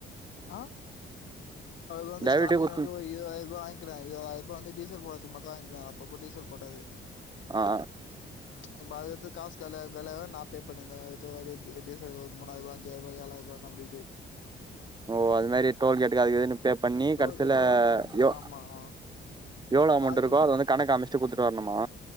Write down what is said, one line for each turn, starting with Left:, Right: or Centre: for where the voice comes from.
Left: ஆங் அவரு வந்து
Right: டிரைவர்கிட்டயே
Left: ஸ்டாடிங்ல
Right: குடுத்து
Left: வந்து ஒரு இருவதாயிரரூவா வாய்ங்க்கினா வந்து டீசல் போடத்து மட்டும் தான் வாங்கிகிறாரு அப்போ டீசல் போட்டது
Right: ஆ
Left: இப்ப அத எடுத்து காசு காலியாவா காலியவ நான் பே பண்ணிருந்த டீசலுக்கு ஒரு மூனாயிருவா அஞ்சாயிருவா ஏழாயிருவா அப்டி இப்டி
Right: ஓ அது மாரி டோல் கேட்டுக்கு அது இதுக்குன்னு பே பண்ணி
Left: டோல்
Right: கடைசில
Left: டோல்கேட்ன்றது
Right: எவ்
Left: ஆமா ஆ
Right: எவ்ளோ அமௌண்ட்
Left: பார்க்கிங்
Right: இருக்கோ அத வந்து கணக்கு காமிச் பிரிச்சி கொடுத்துட்டு வரணுமா